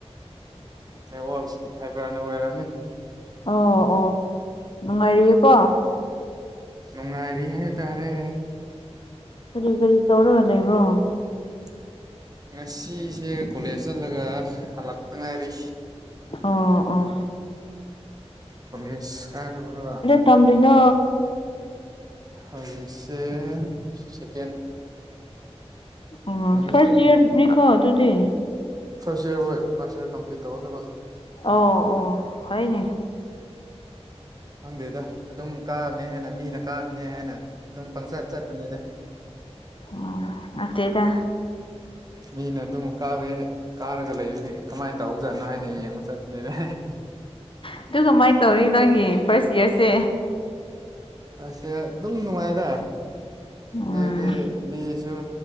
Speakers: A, on the right (about 35°); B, on the left (about 50°).
A: ꯅ‌ꯦꯋꯥꯛ ꯁꯥꯏꯕ꯭ꯔꯅ ꯑꯣꯏꯔꯝꯅꯤ
B: ꯑꯣ ꯑꯣ ꯅꯨꯡꯉꯥꯏꯔꯤꯌꯦꯀꯣ
A: ꯅꯨꯡꯉꯥꯏꯔꯤ ꯍꯥꯏꯇꯥꯔꯦ
B: ꯀꯔꯤ ꯀꯔꯤ ꯇꯧꯔꯒ ꯂꯩꯕ꯭ꯔꯣ
A: <inaudible> ꯉꯁꯤꯁꯦ ꯀꯣꯂꯦꯖ ꯆꯠꯂꯒ ꯍꯜꯂꯛꯄ ꯉꯥꯏꯔꯤ
B: ꯑꯣ ꯑꯣ
A: ꯀ‌ꯣꯂ‌ꯦꯖ ꯀꯔꯨꯔ‌ꯣ
B: ꯇꯝꯕꯤꯅꯣ
A: ꯍꯧꯖꯤꯛꯁꯦ ꯁꯀꯦꯟ
B: ꯑꯣ ꯐꯔꯁ
A: ꯂꯩꯔꯤ
B: ꯏꯌꯔ ꯃꯤ ꯀꯣ ꯑꯗꯨꯗꯤ
A: ꯐꯔꯁꯠ ꯏꯔ ꯍꯣꯏ ꯐꯔꯁꯠ ꯏꯔ ꯀꯝꯄꯂꯤꯠ ꯇꯧꯗꯕ
B: ꯑꯣ ꯑꯣ ꯐꯩꯅ‌ꯦ
A: ꯈꯪꯗꯦꯗ ꯑꯗꯨꯝ ꯀꯥꯔꯅꯤ ꯍꯥꯏꯅ ꯃꯤꯅ ꯀꯥꯔꯅꯤ ꯍꯥꯏꯅ ꯑꯗꯨꯝ ꯄꯪꯁꯥ ꯆꯠꯄꯅꯤꯗ
B: ꯎꯝ ꯅꯠꯇꯦꯗ
A: ꯃꯤꯅ ꯑꯗꯨꯝ ꯀꯥꯕꯩꯒꯤ ꯀꯥꯔꯒ ꯂꯩꯕꯒꯤ ꯀꯃꯥꯏ‌ ꯇꯧꯖꯥꯠꯅꯣ ꯍꯥꯏꯅ ꯌꯦꯡꯕ ꯆꯠꯄꯅꯦꯗ
B: ꯑꯗꯨ ꯀꯃꯥꯏꯅ ꯇꯧꯔꯤ ꯅꯪꯒꯤ ꯐꯥꯔꯁ ꯏꯌꯥꯔꯁꯦ
A: ꯑꯁꯦ ꯑꯗꯨꯝ ꯅꯨꯡꯉꯥꯏꯗ
B: ꯎꯝ
A: ꯑꯩꯗꯤ ꯃꯤꯁꯨ